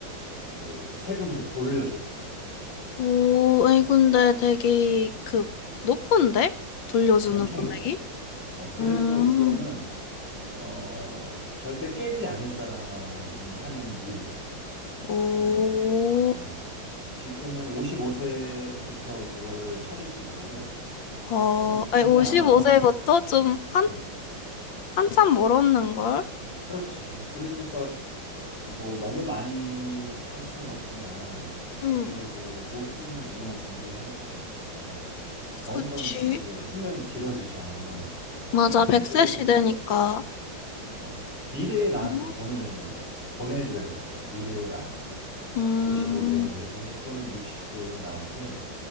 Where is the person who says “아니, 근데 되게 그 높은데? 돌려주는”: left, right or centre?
Left